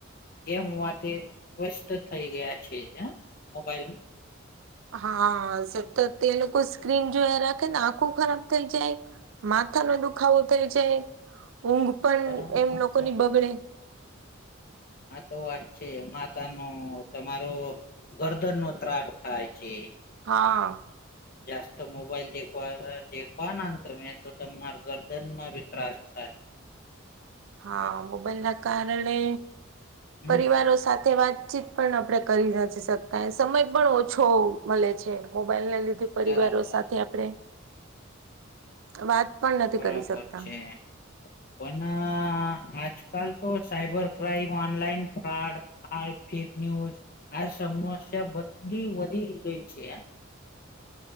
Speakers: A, on the left; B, on the right.
A: ગેમ માટે વ્યસ્ત થઈ ગયા છે. મોબાઈલ
B: હા સતત તે લોકો સ્ક્રીન જોયા રાખે ને આખું ખરાબ થઈ જાય. માથાનો દુખાવો થાય છે ઊંઘ પણ
A: બરાબર
B: એમ લોકોની બગડે.
A: હા તો વાત છે માથા નો તમારો ગરદન નો ત્રાસ થાય છે.
B: હા.
A: જાસ્ત મોબાઈલ દેખવા દેખવાના તમે તો તમાર ગરદન માં બી ત્રાસ થાય.
B: હા મોબાઈલ ના કારણે
A: હમ
B: પરિવારો સાથે વાતચીત પણ આપણે કરી નથી શકતા સમય પણ ઓછો મળે છે મોબાઈલને લીધે પરિવારો
A: બરાબર
B: સાથે આપણે વાત પણ નથી
A: બરાબર
B: કરી શકતા
A: છે. પણ આજકાલ તો સાયબર ક્રાઈમ, ઓનલાઈન ફ્રોડ આ ફેક ન્યૂઝ આ સમસ્યા બધી વધી ગઈ છે.